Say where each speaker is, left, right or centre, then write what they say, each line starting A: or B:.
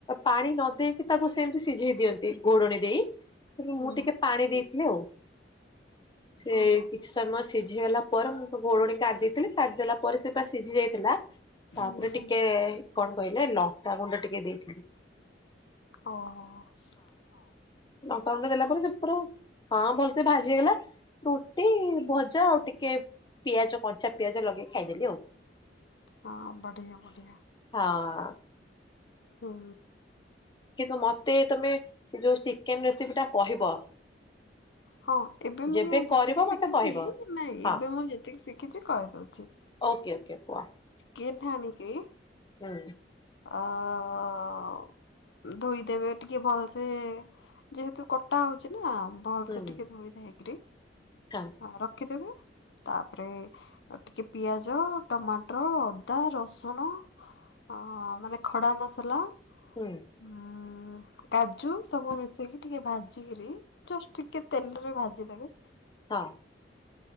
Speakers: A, on the left; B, on the left.
A: ପାଣି ନ ଦେଇକି ତାକୁ ସେମିତି ସିଝେଇ ଦିଅନ୍ତି। ଘଡଣି ଦେଇ ମୁଁ
B: ହୁଁ
A: ଟିକେ ପାଣି ଦେଇଥିଲି ଆଉ। ସେ
B: ଓହୋ
A: କିଛି ସମୟ ସିଝିଗଲା ପରେ ମୁଁ ତ ଘୋଡ଼ଣୀ କାଢି ଦେଇଥିଲି କାଢିଦେଲା ପରେ ସେ ପା ସିଝି ଯାଇଥିଲା ତାପରେ
B: ହୁଁ
A: ଟିକେ କଣ କହିଲେ ଲଙ୍କା ଗୁଣ୍ଡ ଟିକେ ଦେଇଥିଲି।
B: ଓ ହୋ ହଁ
A: ଲଙ୍କା ଗୁଣ୍ଡ ଦେଲା ପରେ ସେ ପୁରା ହଁ ଭଲସେ ଭାଜି ହେଇଗଲା ରୁଟି ଭଜା ଆଉ ଟିକେ ପିଆଜ କଞ୍ଚା ପିଆଜ ଲଗେଇ ଖାଇଦେଲି ଆଉ
B: ହଁ ବଢିଆ ବଢ଼ିଆ
A: ହଁ
B: ହୁଁ
A: କିନ୍ତୁ ମୋତେ ତମେ ଯୋଉ ଚିକେନ ରେସିପି ଟା କହିବ
B: ହଁ ଏବେ ମୁଁ
A: ଯେବେ
B: ଯେତିକି
A: କରିବ ମତେ
B: ଶିଖିଛି
A: କହିବ।
B: ନାଇଁ
A: ହଁ
B: ଏବେ ମୁଁ ଯେତିକି ଶିଖିଛି କହିଦଉଛି
A: ଆଜ୍ଞା ଆଜ୍ଞା କୁହ
B: କିଏ ଠାଣିକି
A: ହୁଁ
B: ଆଁ ଧୋଇଦେବେ ଟିକେ ଭଲସେ ଯେହେତୁ କଟା ହଉଛି ନା ଭଲ
A: ହୁଁ
B: ସେ ଟିକେ ଧୋଇ ଧାଇକିରି
A: ହଁ
B: ହଁ ରଖିଦେବୁ। ତାପରେ ଟିକେ ପିଆଜ ଟମାଟର ଅଦା ରସୁଣ ଓ ମାନେ ଖଡା ମସଲା
A: ହୁଁ
B: ଉଁ କାଜୁ ସବୁ ମିଶେଇକି ଟିକେ ଭାଜିକିରି ଜଷ୍ଟ ଟିକେ ତେଲରେ ଭାଜିଦେବେ।
A: ହଁ।